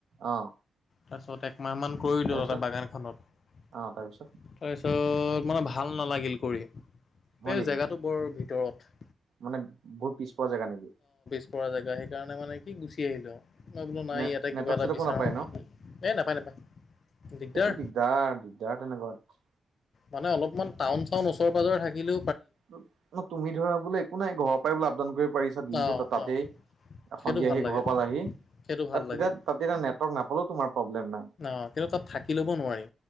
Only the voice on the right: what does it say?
অ'।
তাৰপিছত
অ' তাৰপিছত
হয়
নেকি?
মানে বহুত পিছ পৰা জেগা নেকি?
নে
নেটৱৰ্ক
চেটৱৰ্কো
নাপায় ন?
সেইটো দিগদাৰ দিগদাৰ তেনেকুৱাত।
ন তুমি ধৰা বোলে একো নাই ঘৰৰ পৰাই বোলে আপ ডাউন কৰি পাৰিছা দিনটো
তাতেই,
সন্ধিয়া
আহি
ঘৰ পালাহি। তাত
তেতিয়া
তাত তেতিয়া নেটৱৰ্ক নাপালেও তোমাৰ প্ৰব্লেম নাই।